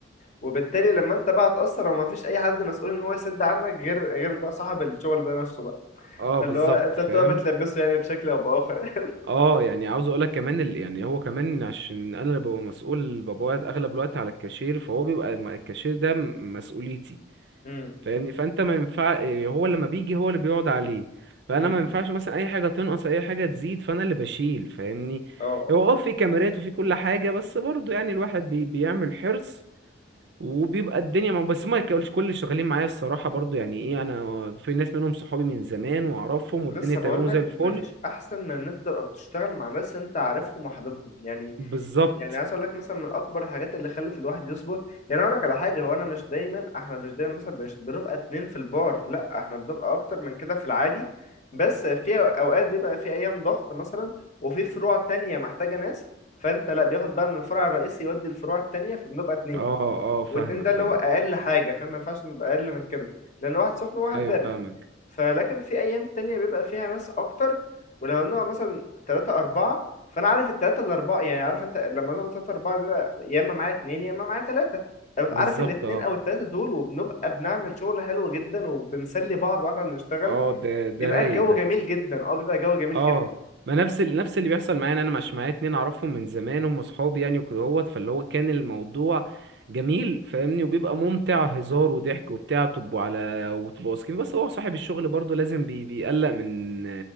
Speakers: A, on the left; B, on the right.
A: وبالتالي لما انت بقى هتأثر وما فيش اي حد مسؤول ان هو يسد عنك غير غير بقى صاحب الشغل ده نفسه بقى
B: اه
A: فاللي
B: بالظبط
A: هو انت
B: فاهم
A: بتبقى بتلبسه يعني بشكل او باخر
B: اه يعني عاوز اقولك كمان ال... يعني هو كمان عشان انا اللي ببقى مسؤول ببقى قاعد اغلب الوقت على الكاشير فهو بيبقى م- الكاشير ده م- مسؤوليتي
A: <laughs> امم
B: فاهمني فانت ما ينفع إيه، هو لما بيجي هو اللي بيقعد عليه فانا
A: امم
B: ما ينفعش مثلا اي حاجه تنقص اي حاجه تزيد فانا اللي بشيل فاهمني
A: اه
B: هو اه في كاميرات وفي كل حاجه بس برضه يعني الواحد بي... بيعمل حرص وبيبقى الدنيا ما بس ما كلش كل اللي شغالين معايا الصراحة برضو يعني ايه انا في ناس منهم صحابي من زمان واعرفهم والدنيا
A: لسه
B: تمام
A: بقول
B: وزي
A: لك
B: الفل
A: مفيش احسن من ان انت تبقى بتشتغل مع ناس انت عارفهم وحاببهم يعني
B: بالظبط
A: يعني عايز اقول لك مثلا من اكبر الحاجات اللي خلت الواحد يصبر يعني اقول لك على حاجه هو انا مش دايما احنا مش دايما مثلا مش بنبقى اتنين في البار لا احنا بنبقى اكتر من كده في العادي بس في اوقات بيبقى في ايام ضغط مثلا وفي فروع تانية محتاجه ناس فانت لا بياخد بقى من الفرع الرئيسي يودي الفروع التانية فبنبقى اتنين
B: اه اه فاهمك
A: واتنين ده
B: فاهمك
A: اللي هو اقل حاجه فما ينفعش نبقى اقل من كده لان واحد سخن وواحد
B: ايوه
A: بارد
B: فاهمك
A: فلكن في ايام تانية بيبقى فيها ناس اكتر ولما بنبقى مثلا تلاتة اربعة فانا عارف التلاتة الاربعة يعني عارف انت لما بنبقى تلاتة اربعة بيبقى يا اما معايا اتنين يا اما معايا تلاتة انا ببقى
B: بالظبط
A: عارف الاتنين
B: اه
A: او التلاتة دول وبنبقى بنعمل شغل حلو جدا وبنسلي بعض واحنا بنشتغل
B: اه ده ده
A: بيبقى
B: رايق
A: الجو
B: ده
A: جميل جدا اه بيبقى جو جميل
B: اه
A: جدا
B: ما نفس ال... نفس اللي بيحصل معايا انا مش معايا اتنين اعرفهم من زمان هم اصحابي يعني وكده هوت فاللي هو كان الموضوع جميل فاهمني وبيبقى ممتع هزار وضحك وبتاع بتبقوا على وتبقوا واثقين بس هو صاحب الشغل برضو لازم بي... بيقلق من